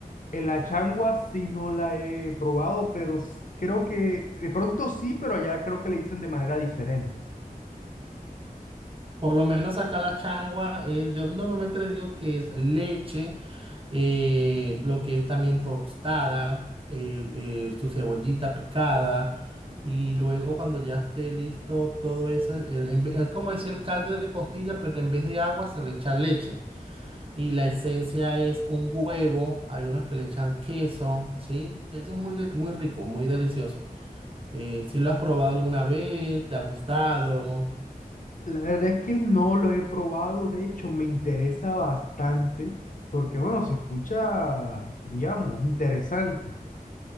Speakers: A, on the left; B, on the right.
A: En la changua sí no la he probado, pero s- creo que de pronto sí, pero allá creo que le dicen de manera diferente.
B: Por lo menos acá la changua es, yo normalmente le digo que es leche eh, lo que es también tostada, eh, eh, su cebollita picada. Y luego cuando ya esté listo todo eso, es, el- en ve- es como decir el caldo de costilla, pero en vez de agua se le echa leche. Y la esencia es un huevo, hay unos que le echan queso, ¿sí? Eso es muy, de- muy rico, muy delicioso. Eh, si lo has probado alguna vez, ¿te ha gustado?
A: La verdad es que no lo he probado, de hecho me interesa bastante, porque bueno, se escucha, digamos, interesante,